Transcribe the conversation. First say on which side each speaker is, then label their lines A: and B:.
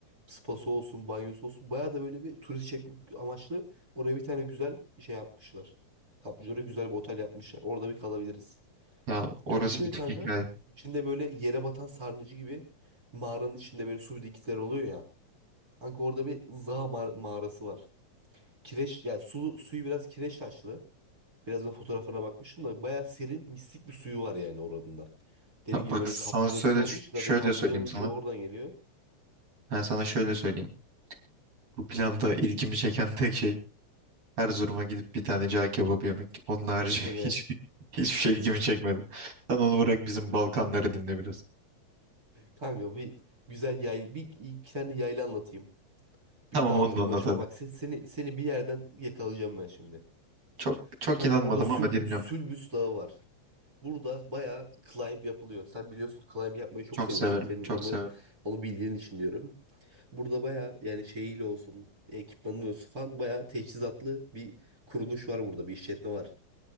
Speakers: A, on the right; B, on the right.
A: Spası olsun, banyosu olsun. Baya da böyle bir turist çekmek amaçlı oraya bir tane güzel şey yapmışlar. Kaplıcalara güzel bir otel yapmışlar. Orada bir kalabiliriz.
B: Ya orası
A: Dönüşte
B: bir
A: de
B: tek
A: kanka
B: hikaye.
A: içinde böyle yere batan sarnıcı gibi mağaranın içinde böyle su birikintileri oluyor ya. Kanka orada bir Za mağarası var. Kireç yani su suyu biraz kireç taşlı. Biraz ben fotoğraflarına bakmıştım da bayağı serin mistik bir suyu var yani oranın da. Dediğim
B: Ya
A: gibi
B: bak
A: böyle
B: sana
A: bir kaplıca
B: söyle
A: önünde olduğu için zaten
B: şöyle
A: kaplıcanın
B: söyleyeyim sana.
A: şu oradan geliyor.
B: Ben sana şöyle söyleyeyim. Bu planda ilgimi çeken tek şey Erzurum'a gidip bir tane cağ kebabı yemek. Onun harici
A: Deme.
B: <laughs> hiç, hiçbir şey ilgimi çekmedi. Sen onu bırak bizim Balkanları dinle biraz.
A: Kanka bir güzel yay bir iki tane yayla anlatayım.
B: Tamam
A: Bir dağ
B: onu
A: tırmanışı
B: da anlat
A: falan
B: hadi.
A: bak se- seni seni bir yerden yakalayacağım ben şimdi.
B: Çok çok
A: Kanka
B: inanmadım
A: burada Sül
B: ama dinliyorum.
A: Sülbüs Dağı var. Burada bayağı climb yapılıyor. Sen biliyorsun climb yapmayı çok
B: Çok
A: seviyorsun.
B: severim,
A: Senin
B: çok
A: onu
B: severim.
A: onu bildiğin için diyorum. Burada baya yani şeyiyle olsun, ekipmanı olsun falan baya teçhizatlı bir kuruluş var burada, bir işletme var.